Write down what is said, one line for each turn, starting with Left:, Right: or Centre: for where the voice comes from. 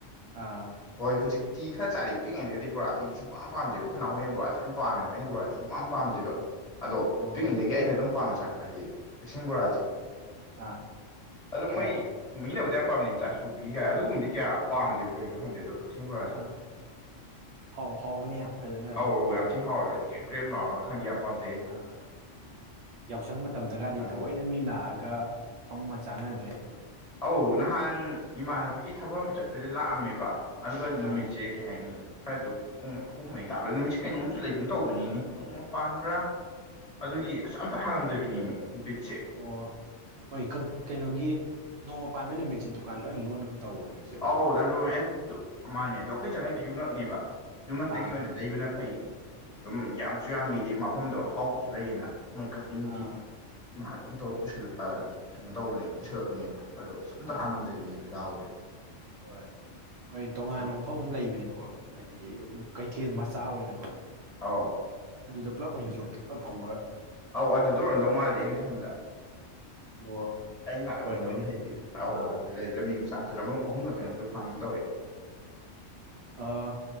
Right: ꯑꯥ
Left: ꯍꯣꯏ ꯍꯧꯖꯤꯛꯇꯤ ꯈꯔ ꯆꯥꯔꯦ ꯄꯤꯛꯏꯉꯩꯗꯒꯥꯗꯤ ꯕꯣꯔꯥ ꯑꯇꯩꯁꯤ ꯁꯨꯝ ꯄꯥꯝ ꯄꯥꯝꯗꯦꯕ ꯑꯩꯈꯣꯏ ꯅꯥꯎꯍꯣꯏꯅ ꯑꯃꯨꯛ ꯕꯣꯔꯥꯁꯦ ꯌꯥꯝ ꯄꯥꯝꯃꯦꯕ ꯑꯩꯅ ꯕꯣꯔꯥꯁꯦ ꯁꯨꯝꯄꯥꯝ
Right: ꯑꯣ
Left: ꯄꯥꯝꯗꯦꯕ ꯑꯗꯣ
Right: ꯑꯣ
Left: ꯄꯤꯛꯏꯉꯩꯗꯒꯤ ꯑꯩꯅ ꯑꯗꯨꯝ ꯄꯥꯥꯝꯅ ꯆꯥꯔꯛꯄ ꯍꯥꯏꯔꯗꯤ ꯀꯛꯆꯤꯡ ꯕꯣꯔꯥꯁꯦ
Right: ꯑꯥ
Left: ꯑꯗꯣ
Right: ꯍꯣꯏ
Left: ꯃꯣꯏ ꯃꯤꯅꯕꯨꯗꯤ ꯌꯥꯝ ꯄꯥꯝꯅꯩ ꯆꯥꯁꯨꯕꯤ ꯀꯥꯏ ꯑꯗꯨꯒꯨꯝꯕꯗꯤ ꯀꯌꯥ ꯄꯥꯝꯗꯕ ꯀꯩꯅꯣ ꯈꯪꯗꯦ ꯑꯗꯣ ꯀꯛꯆꯤꯡ ꯕꯣꯔꯥꯁꯦ
Right: ꯑꯥ ꯍꯥꯎ ꯍꯥꯎꯕꯅꯤ ꯌꯥꯝ ꯐꯖꯅ ꯑꯗꯨꯝ
Left: ꯑꯧ ꯌꯥꯝ ꯊꯤ ꯍꯥꯎꯋꯦ ꯍꯥꯏꯗꯤ ꯀ꯭ꯔꯦꯝ ꯀ꯭ꯔꯦꯝ ꯂꯥꯎꯔꯒ ꯈꯪꯗꯦ ꯌꯥꯝ ꯄꯥꯝ
Right: ꯑꯥ ꯌꯥꯎꯁꯪ ꯃꯇꯝꯗꯒꯗꯤ
Left: ꯑꯗꯨꯅꯤ
Right: ꯊꯑꯣꯏꯅ ꯃꯤ ꯂꯥꯛꯑꯒ ꯐꯝꯃ ꯆꯥꯟꯅꯗꯣꯏꯅꯤ
Left: ꯑꯧ ꯅꯍꯥꯟ ꯏꯃꯥꯟꯅꯕꯒꯤ ꯊꯕꯛ ꯑꯃ ꯆꯠꯄꯗ ꯂꯥꯛꯑꯝꯃꯦꯕ ꯑꯗꯨꯒ ꯅꯨꯃꯤꯠꯁꯦ
Right: ꯑꯥ
Left: ꯀꯩ ꯍꯥꯏꯅꯤ ꯈꯔꯖꯨ ꯄꯨꯡ ꯑꯍꯨꯝ ꯃꯔꯤ ꯇꯥꯕꯗ ꯅꯨꯃꯤꯠꯁꯦ ꯀꯩꯅꯣꯝꯖꯨ ꯂꯩꯒꯨꯝ ꯇꯧꯕꯅꯤꯅꯦ ꯅꯣꯡꯃ ꯄꯥꯟꯕꯔꯥ ꯑꯗꯨꯒꯤ
Right: ꯑꯥ
Left: ꯑꯁ ꯑꯝꯇ ꯍꯥꯡꯉꯝꯗꯕꯤꯅꯦꯃꯤ ꯕꯤꯠꯁꯦ
Right: ꯑꯣ ꯍꯣꯏ ꯀꯛ ꯀꯩꯅꯣꯒꯤ ꯅꯣꯡꯃ ꯄꯥꯟꯕ ꯅꯨꯃꯤꯠꯁꯦ ꯗꯨꯀꯥꯟ ꯂꯣꯏ ꯂꯣꯟꯒꯨꯝ ꯇꯧꯕꯅꯦ ꯍꯧꯖꯤꯛ ꯍꯧꯖꯤꯛ
Left: ꯑꯧ ꯑꯗꯥꯏꯅ ꯂꯣꯟꯃꯦ ꯑꯩ ꯈꯨꯇꯨ ꯑꯃꯅꯦ ꯑꯗꯣ ꯑꯩꯈꯣꯏꯅ ꯆꯪꯉꯩꯗꯣ ꯌꯨꯝꯂꯛꯅꯦꯕ ꯌꯨꯝꯂꯛꯇꯒꯤ
Right: ꯑꯥ
Left: ꯑꯣꯏꯅ ꯂꯩꯕꯅ ꯐꯩ ꯑꯗꯨꯝ ꯌꯥꯝꯁꯨ ꯌꯥꯝꯃꯤꯗꯤ ꯃꯐꯝꯗꯣ ꯑꯍꯥꯎꯕꯁꯨ ꯂꯩꯌꯦꯅ ꯃꯣꯏ ꯀꯛ ꯆꯤꯡꯒꯤ
Right: ꯑꯥ
Left: ꯏꯃꯥꯟꯅꯕ ꯑꯃ ꯇꯧꯔꯒ ꯄꯨꯁꯜꯂ ꯑꯥ ꯀꯩꯅꯣ ꯇꯧꯕꯅꯦꯕ ꯄꯨꯁꯜꯂꯛꯄꯅꯦꯕ ꯑꯗꯣ ꯑꯁ ꯑꯝꯇ
Right: ꯑꯥ
Left: ꯍꯥꯡꯉꯝꯗꯕꯤꯅꯦꯕ ꯗꯥꯎꯁꯦ
Right: ꯍꯣꯏ ꯃꯣꯏ
Left: ꯐꯖꯅ
Right: ꯇꯣꯉꯥꯟꯅ ꯃꯐꯝ ꯑꯃ ꯂꯩꯕꯅꯦꯕꯀꯣ ꯍꯥꯏꯗꯤ ꯀꯩꯊꯦꯜ ꯃꯆꯥ ꯑꯣꯏꯅꯀꯣ
Left: ꯑꯥꯎ
Right: ꯑꯗꯨꯗ ꯄꯨꯂꯞ ꯑꯣꯏꯅ ꯌꯣꯜꯂꯦ ꯄꯨꯂꯞ ꯐꯝꯃꯒ
Left: ꯑꯧ ꯑꯗꯨꯗ ꯑꯣꯏꯔꯝꯗꯧ ꯃꯥꯜꯂꯦ ꯑꯩꯅ ꯈꯟꯕꯗ
Right: ꯑꯣ
Left: ꯑꯩ ꯂꯥꯛꯑꯝꯃꯤꯗꯣ
Right: ꯑꯣꯏꯔꯝꯒꯅꯤ
Left: ꯍꯥꯏꯗꯤ ꯑꯍꯧ
Right: ꯑꯥ
Left: ꯂꯩꯗ ꯃꯤꯃꯆꯥ ꯂꯝꯂꯣꯡ ꯑꯍꯨꯝꯂꯥ ꯀꯩꯅꯣꯝꯁꯨ ꯐꯥꯡꯒꯨꯝ ꯇꯧꯋꯦ
Right: ꯑꯥ